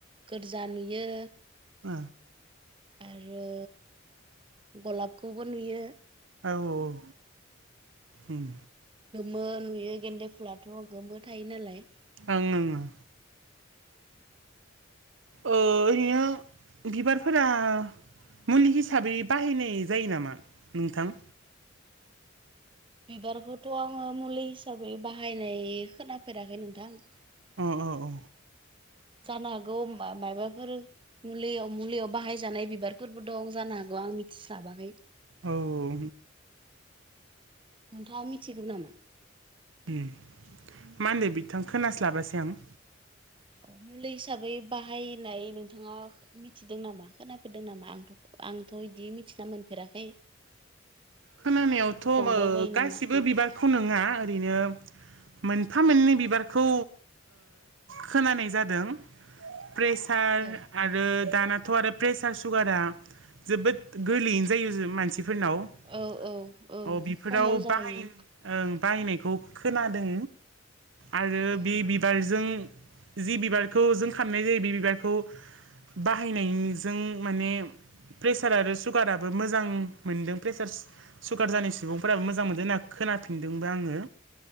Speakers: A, on the right; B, on the right.
A: गोरजा नुयो
B: ओ
A: आरो गलाबखौबो नुयो।
B: औ औ ओम
A: गोमो नुयो गेन्दे फुलाथ' गोमो थायो नालाय
B: ओं ओं ओं ओ ओरैनो बिबारफोरा मुलि हिसाबै बाहायनाय जायो नामा नोंथां?
A: बिबारखौथ' आङो मुलि हिसाबै बाहायनाय खोनाफेराखै नोंथां।
B: औ औ औ
A: जानो हागौ मा मायबाफोर मुलियाव मुलियाव बाहायजानाय बिबारफोरबो दं जानो हागौ। आं मिथिस्लाबाखै
B: औ औ
A: नोंथाङा मिथिगौ नामा?
B: उम माहोनदो बिथां खोनास्लाबासै आं?
A: औ मुलि हिसाबै बाहायनाय नोंथाङा मिथिदों नामा खोनाफैदों नामा आंथ' आंथ' इदि मिथिना मोनफेराखै।
B: खोनानायावथ' ओ
A: दंबाय बायो
B: गासिबो
A: नामा
B: बिबारखौ नङा ओरैनो मोनफा मोननै बिबारखौ खोनानाय जादों प्रेसार
A: औ
B: आरो। दानाथ' आरो प्रेसार सुगारा जोबोद गोरलैयैनो जायो मानसिफोरनाव अ
A: औ औ औ
B: बेफोराव
A: कमन जाहैयो
B: बाहायन ओं बायनायखौ खोनादों आरो
A: औ
B: बे बिबारजों। जि बिबारखौ जों खालामनाय जायो बे बिबारखौ बाहायनायजों माने प्रेसार आरो सुगाराबो मोजां मोनदों। प्रेसार सुगार जानाय सुबुंफोराबो मोजां मोनदों होनना खोनाफिनदोंबो आङो